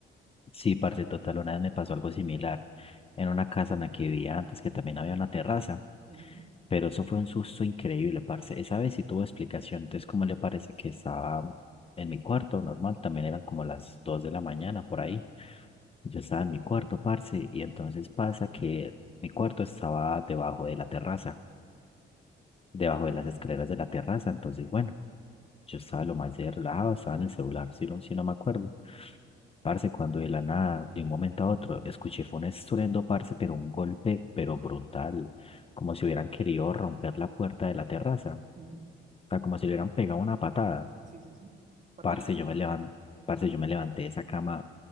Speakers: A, on the left; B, on the right.
A: sí, parce, total, una vez me pasó algo similar en una casa en la que vivía antes, que también había una terraza,
B: Ujú,
A: pero eso fue un susto increíble, parce. Esa vez sí tuvo explicación, entonces, cómo le parece que estaba en mi cuarto, normal, también eran como las dos de la mañana, por ahí. Yo estaba en mi cuarto, parce, y entonces pasa que mi cuarto estaba debajo de la terraza, debajo de las escaleras de la terraza. Entonces, bueno, yo estaba lo más de relajado, estaba en el celular, si no, si no me acuerdo. Parce, cuando de la nada, de un momento a otro, escuché fue un estruendo, parce, pero un golpe, pero brutal, como si hubieran querido romper la puerta de la terraza, o
B: ujú.
A: sea, como si le hubieran pegado una patada.
B: Sí, sí, sí. Para
A: Parce,
B: tirarla.
A: yo me levanté, parce, yo me levanté de esa cama